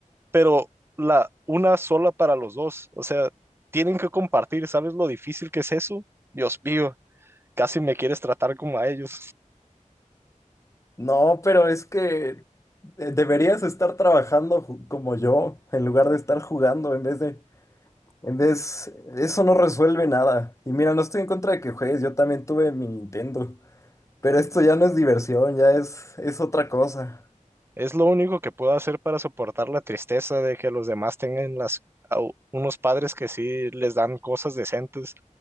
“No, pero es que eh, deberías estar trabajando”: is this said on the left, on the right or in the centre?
Left